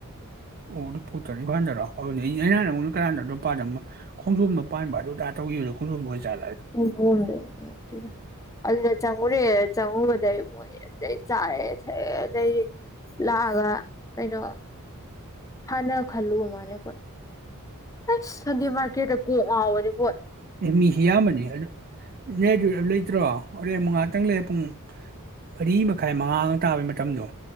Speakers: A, on the right (about 45°); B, on the left (about 15°).
A: <unintelligible> ꯈꯣꯡꯖꯣꯝꯗ ꯄꯥꯟꯕ ꯑꯗꯨ ꯇꯥ ꯇꯧꯒꯤꯕꯗꯣ ꯈꯣꯡꯖꯣꯝꯗ ꯑꯣꯏꯖꯥꯠꯂꯣ
B: <unintelligible> ꯑꯗꯨꯗ ꯆꯪꯉꯨꯔꯦ ꯆꯪꯉꯨꯕꯗꯩ ꯃꯣꯏ ꯑꯗꯩ ꯆꯥꯔꯦ ꯊꯛꯑꯦ ꯑꯗꯩꯗꯤ ꯂꯥꯛꯑꯒ ꯀꯩꯅꯣ ꯍꯥꯟꯅ ꯈꯜꯂꯨꯕ ꯃꯥꯜꯂꯦ ꯈꯣꯏ ꯑꯁ ꯁꯟꯗꯦ ꯃꯥꯔꯀꯦꯠꯇ ꯀꯣꯛ ꯉꯥꯎꯕꯅꯦ
A: ꯃꯤꯁꯤ ꯌꯥꯝꯕꯅꯤ ꯑꯗꯨ ꯅꯦꯗꯨ ꯂꯩꯇ꯭ꯔꯣ ꯍꯣꯔꯦꯟ ꯃꯉꯥ ꯇꯪ ꯂꯩꯔ ꯄꯨꯡ ꯃꯔꯤ ꯃꯈꯥꯏ ꯃꯉꯥꯒ ꯇꯥꯕꯩ ꯃꯇꯝꯗꯣ